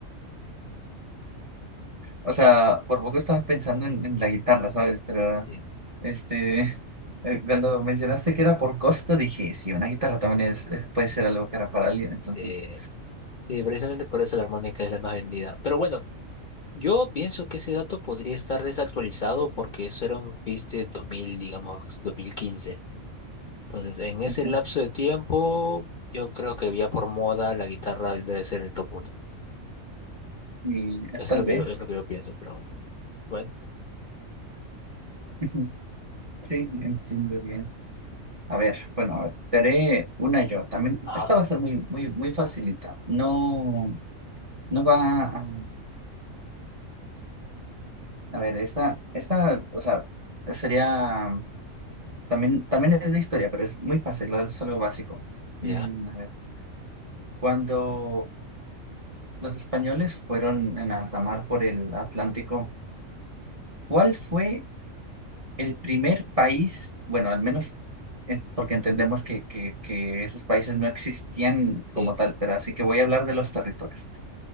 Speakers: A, on the right (about 35°); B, on the left (about 50°).
A: O sea, por poco estaba pensando en, en la guitarra, ¿sabes? Pero,
B: sí.
A: este, <laughs> eh, cuando mencionaste que era por costo, dije, sí, una guitarra también es, eh, puede ser algo que era para alguien, entonces,
B: eh, sí, precisamente por eso la armónica es la más vendida. Pero bueno, yo pienso que ese dato podría estar desactualizado porque eso era un quiz de dos mil digamos, dos mil quince Entonces, en ese
A: dije,
B: lapso de tiempo, yo creo que ya por moda la guitarra debe ser el top uno.
A: sí, eh,
B: Eso
A: tal
B: es lo
A: vez.
B: que yo, es lo que yo pienso, pero bueno. Bueno,
A: <laughs> Sí, entiendo bien. A ver, bueno, a ver, te haré una yo. También,
B: Ajá,
A: esta va a ser muy, muy, muy facilita. No, no va a, a ver, esta, esta, o sea, sería, también, también es de historia, pero es muy fácil, es algo básico.
B: ya,
A: Mm, a ver. Cuando los españoles fueron en alta mar por el Atlántico, ¿cuál fue el primer país, bueno, al menos en- porque entendemos que, que, que esos países no existían
B: sí.
A: como tal, pero así que voy a hablar de los territorios.